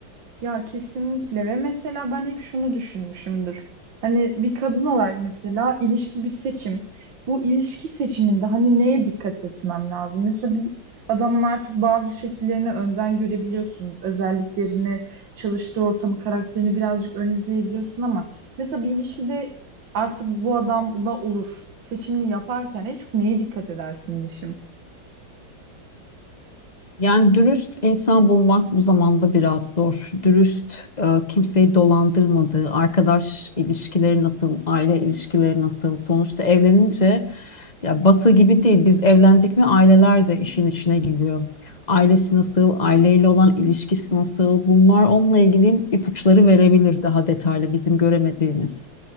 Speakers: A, on the right; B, on the left.
A: Ya kesinlikle ve mesela ben hep şunu düşünmüşümdür. Hani bir kadın olarak mesela ilişki bir seçim. Bu ilişki seçiminde hani neye dikkat etmem lazım? Mesela bir adamın artık bazı şekillerini önden görebiliyorsun. Özelliklerini, çalıştığı ortamı, karakterini birazcık ön izleyebiliyorsun ama mesela bir ilişkide artık bu adam bu da olur. Seçimini yaparken en çok neye dikkat edersin Yeşim?
B: Yani dürüst insan bulmak bu zamanda biraz zor. Dürüst, e, kimseyi dolandırmadığı, arkadaş ilişkileri nasıl, aile ilişkileri nasıl? Sonuçta evlenince ya batı gibi değil. Biz evlendik mi aileler de işin içine giriyor. Ailesi nasıl, aileyle olan ilişkisi nasıl? Bunlar onunla ilgili ipuçları verebilir daha detaylı bizim göremediğimiz.